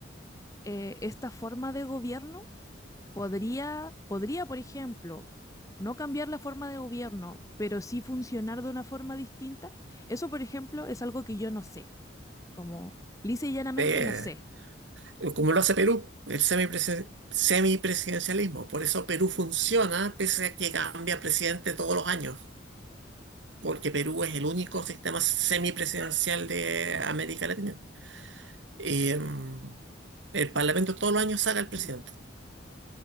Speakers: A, on the left; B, on the right.
A: eh, esta forma de gobierno? ¿Podría, podría, por ejemplo, no cambiar la forma de gobierno, pero sí funcionar de una forma distinta? Eso, por ejemplo, es algo que yo no sé. Como lisa y llanamente
B: Eh,
A: no sé.
B: como lo hace Perú, el semipresi- semipresidencialismo. Por eso Perú funciona, pese a que cambia presidente todos los años, porque Perú es el único sistema semipresidencial de América Latina. Y, em, el Parlamento todos los años saca al presidente.